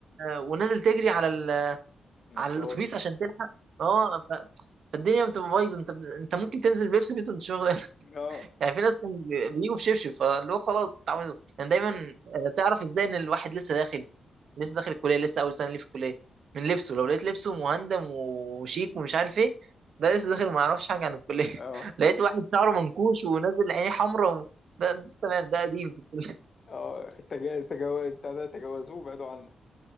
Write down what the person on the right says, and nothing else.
ونازل تجري على ال...
على الاتوبيس عشان تلحق اه ف... فالدنيا بتبقى بايظه انت انت ممكن تنزل بيبسي بيت انت شغل
يعني في ناس كانوا بي- بيجوا بشبشب فاللي هو خلاص اتعودوا يعني دايما آه، تعرف ازاي ان الواحد لسه داخل لسه داخل الكليه لسه اول سنه ليه في الكليه من لبسه لو لقيت لبسه مهندم وشيك ومش عارف ايه ده لسه داخل ما يعرفش حاجه عن الكليه <laughs>
لقيت واحد شعره منكوش ونازل عينيه حمراء و... ده ده تمام ده قديم في الكليه